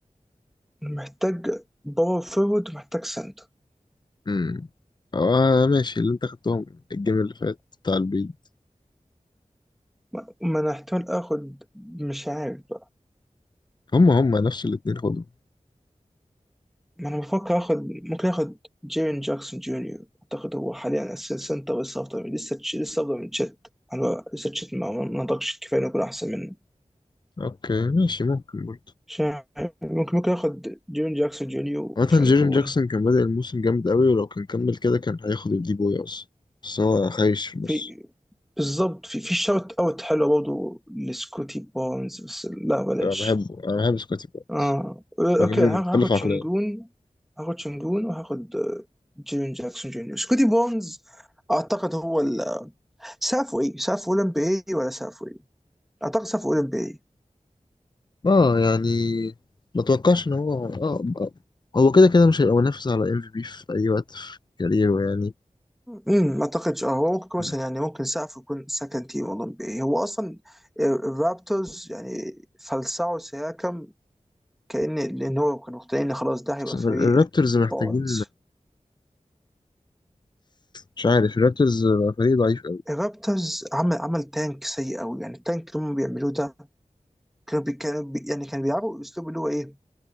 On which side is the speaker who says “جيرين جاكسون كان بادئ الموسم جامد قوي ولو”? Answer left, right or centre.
Left